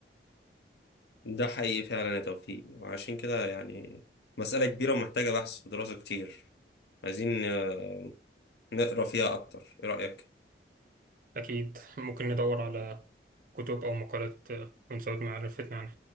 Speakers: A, on the left; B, on the right.
A: ده حقيقي فعلا يا توفيق وعشان كده يعني مسألة كبيرة ومحتاجة بحث ودراسة كتير عايزين آه، نقرا فيها أكتر إيه رأيك؟
B: أكيد ممكن ندور على كتب أو مقالات من زود معرفتنا عن